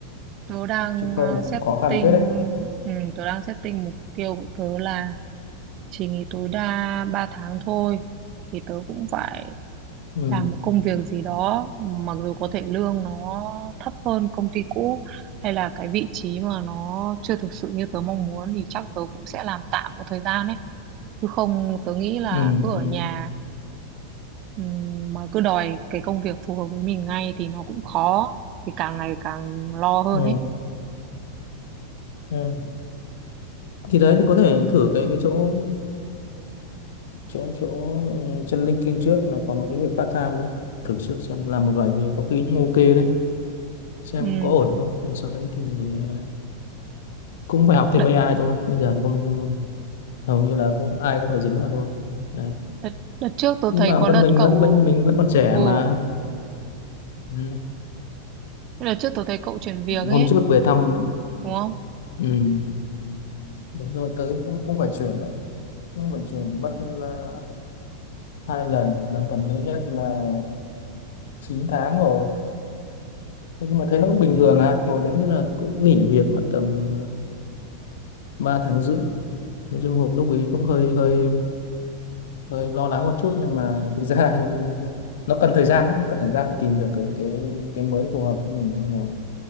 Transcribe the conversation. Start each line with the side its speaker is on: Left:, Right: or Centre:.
Right: tớ đang
Left: chứ không
Right: ờ,
Left: là
Right: setting
Left: cũng khó khăn phết đấy
Right: ừ, tớ đang setting mục tiêu của tớ là chỉ nghỉ tối đa 3 tháng thôi thì tớ cũng phải
Left: ừ
Right: làm một công việc gì đó mặc dù có thể lương nó thấp hơn công ty cũ hay là cái vị trí mà nó chưa thực sự như tớ mong muốn thì chắc tớ cũng sẽ làm tạm một thời gian ấy chứ không tớ nghĩ là
Left: ừ
Right: cứ
Left: ừ
Right: ở nhà ừm, mà cứ đòi cái công việc phù hợp với mình ngay thì nó cũng khó thì càng ngày càng lo hơn
Left: ừ,
Right: ấy
Left: ừ. thì đấy thì có thể thử cái cái chỗ chỗ chỗ chân LinkedIn trước là có một cái việc part time đấy thử trước xem làm một vài việc có khi cũng ok đấy xem
Right: Ừm,
Left: có ổn không rồi sau đấy thì ờ, cũng phải học thêm
Right: đợt,
Left: AI thôi bây giờ thì không hầu như là cũng ai cũng phải dính vào thôi đấy
Right: đợt, đợt trước tôi
Left: nhưng
Right: thấy
Left: mà
Right: có
Left: vẫn
Right: đợt
Left: mình
Right: cậu
Left: vẫn mình, mình vẫn còn trẻ
Right: ừ
Left: mà ừ.
Right: đợt trước tôi thấy cậu chuyển việc ấy
Left: hôm trước về thăm
Right: đúng không
Left: ừ. Đúng rồi, tới cũng cũng phải chuyển đấy. Cũng phải chuyển mất uh, hai lần, lần gần đấy nhất là 9 tháng rồi. Thế nhưng mà thấy nó cũng bình thường à, hồi đấy nữa là cũng nghỉ việc mất tầm uh, 3 tháng rưỡi. Nói chung hộp lúc ấy cũng hơi hơi hơi lo lắng một chút nhưng mà thực ra <laughs> nó cần thời gian đấy, nó cần thời gian để tìm được cái cái cái mới phù hợp với mình nhưng mà